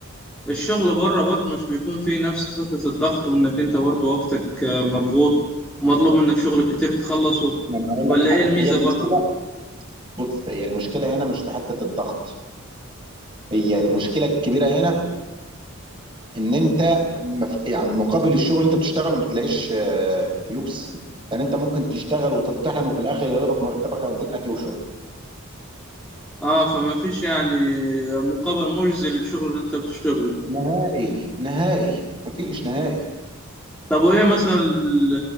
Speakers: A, in the centre; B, on the right (about 20°).
A: الشغل بره برضه مش بيكون فيه نفس فكره الضغط وانك انت برضه وقتك آه، مضغوط ومطلوب منك شغل كتير تخلصه
B: ما انا هقول
A: ولا
B: لك
A: ايه
B: حاجه
A: الميزه
B: هي المشكله
A: بره
B: بص هي المشكله هنا مش في حته الضغط هي المشكله الكبيره هنا ان انت مف... يعني مقابل الشغل اللي انت بتشتغله ما بتلاقيش آه، فلوس يعني انت ممكن تشتغل وتطحن وفي الاخر يضربك مرتبك يقضيك اكل وشرب
A: اه فما فيش يعني مقابل مجزي للشغل اللي انت بتشتغله
B: نهائي نهائي مفيش نهائي
A: طب وإيه مثلا ال-